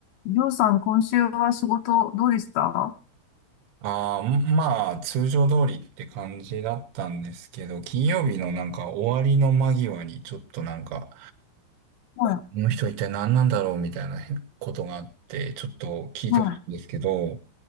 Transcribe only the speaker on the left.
りょうさん、今週は仕事どうでしたは
い、
は